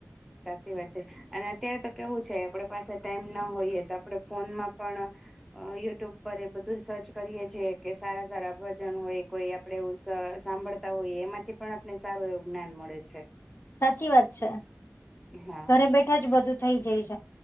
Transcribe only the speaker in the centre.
સાચી વાત છે અને અત્યારે તો કેવું છે આપડ પાસે ટાઈમ ના હોઈએ તો આપડે ફોનમાં પણ અ યુટ્યુબ પર એ બધું સર્ચ કરીએ છે કે સારા સારા ભજન હોય કોઈ એ આપડ એવું સાંભળતા હોઈએ એમાંથી પણ આપને સારું એવું જ્ઞાન મળે છે
હા